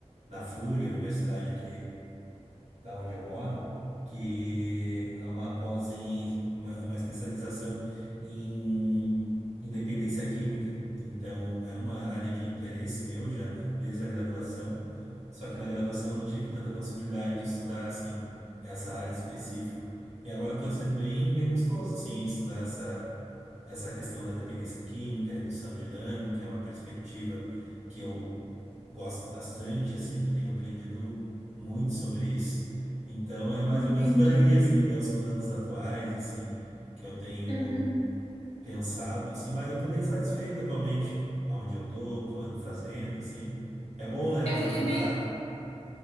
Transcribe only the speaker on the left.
entendi.
Uhum.
Eu fiquei
bem